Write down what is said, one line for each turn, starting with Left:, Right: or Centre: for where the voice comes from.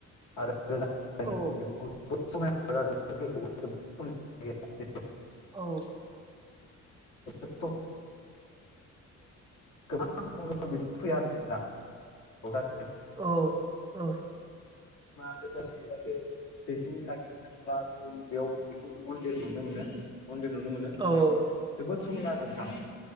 Left: आरो <unintelligible>
Right: औ औ
Left: <unintelligible>
Right: औ
Left: जथ' <unintelligible> गोबां बिदि फैया <unintelligible>
Right: औ औ
Left: मदेशानो जाहाथे <unintelligible> बेथिं साखं थांब्ला जों बेयाव बेसिं मन्दिर मोनुनो मोनो मन्दिर नुनो मोनो
Right: औ
Left: जोबोद समाय आरो नोंथा